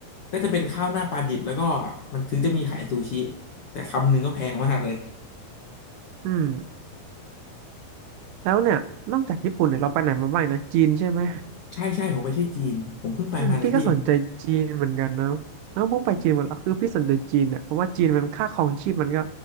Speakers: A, on the left; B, on the right.
A: ก็จะเป็นข้าวหน้าปลาดิบแล้วก็มันถึงจะมีขายซูชิแต่คำหนึ่งก็แพงมากเลย
B: อืมแล้วเนี่ยนอกจากญี่ปุ่นเนี่ยเราไปไหนมาบ้างนะจีนใช่ไหม
A: ใช่ใช่ผมไปที่จีนผมเพิ่งไปมาเลยพี่
B: อืมพี่ก็สนใจจีนเหมือนกันนะแล้วเพิ่งไปจีนหมดแล้วคือพี่สนใจจีนเนี่ยเพราะว่าจีนมันค่าครองชีพมันก็